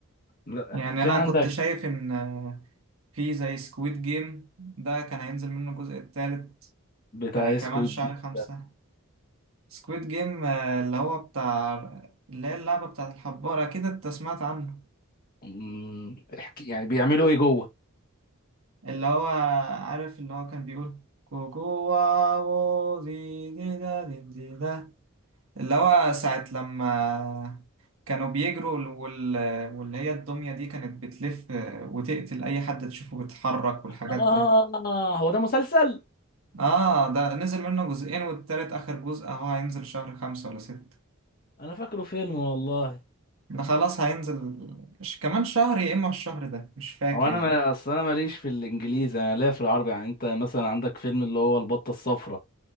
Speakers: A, on the left (about 45°); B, on the right (about 75°).
A: لا،
B: يعني
A: في
B: أنا
A: عندك
B: كنت شايف إن آه، في زي سكويد جيم ده كان هينزل منه الجزء التالت
A: بتاع
B: آه،
A: ايه،
B: كمان
A: سكويد
B: شهر
A: دي
B: خمسة سكويد جيم اللي هو بتاع اللي هي اللعبة بتاعت الحبارة أكيد أنت سمعت عنه
A: أمم، احكي يعني بيعملوا ايه جوه
B: اللي هو عارف اللي هو كان بيقول كوكو واو دي دي دا دي دي دا اللي هو ساعة لما كانوا بيجروا وال... واللي هي الدمية دي كانت بتلف آه، وتقتل أي حد تشوفه بيتحرك والحاجات
A: اه
B: ده
A: هو ده مسلسل
B: آه ده نزل منه جزئين والتالت آخر جزء أهو هينزل شهر خمسة ولا ستة
A: انا فاكره فيلم والله
B: ده خلاص هينزل ش- كمان شهر يا إما الشهر ده مش فاكر
A: هو انا
B: يعني
A: ما اصل انا ماليش في الانجليزي انا ليا في العربي يعني انت مثلا عندك فيلم اللي هو البطه الصفراء